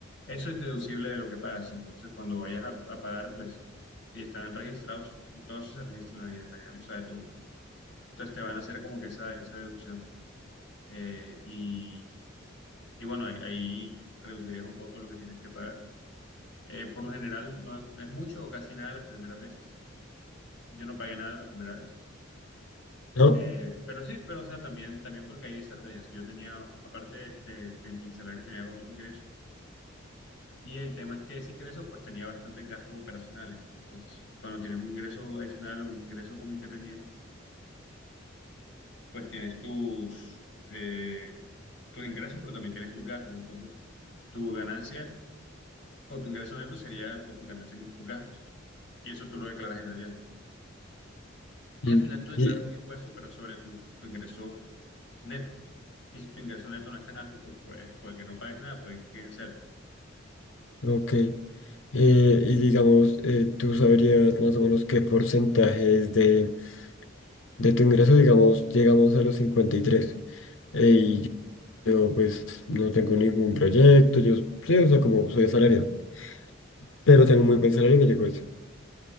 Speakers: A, on the left; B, on the left.
A: Eso es deducible de lo que pagas. Entonces, cuando vayas a, a pagar, pues, si están registrados, todo eso se registra en la guía, en la guía lo sabe todo. Entonces, te van a hacer como que esa, esa deducción. Eh, y, y bueno, ahí, ahí reducirías un poco lo que tienes que pagar. Eh, por lo general, no es mucho o casi nada las primeras veces. Yo no pagué nada la primera vez
B: ¿no?
A: Eh, pero sí, pero o sea, también, también porque hay estrategias. Yo tenía, aparte de, de mi salario, tenía otro ingreso. Y el tema es que ese ingreso, pues tenía bastantes gastos operacionales. Entonces, cuando tienes un ingreso adicional o un ingreso como independiente, pues tienes tus, eh, tus ingresos, pero también tienes tus gastos. Entonces, tu ganancia o tu ingreso neto sería, pues, tu ganancia menos tus gastos. Y eso tú lo declaras en Hacienda. Y
B: Mm.
A: al final tú declaras
B: Y,
A: un impuesto, pero sobre tu, tu ingreso neto. Y si tu ingreso neto no es tan alto, pues puede, puede que no pagues nada, puede que quede en cero.
B: ok. Eh, y digamos, eh, ¿tú sabrías más o menos qué porcentaje es de De tu ingreso, digamos, llegamos a los 53. eh, y yo, pues, no tengo ningún proyecto. Yo, sí, o sea, como soy asalariado, pero tengo muy buen salario y me llegó eso.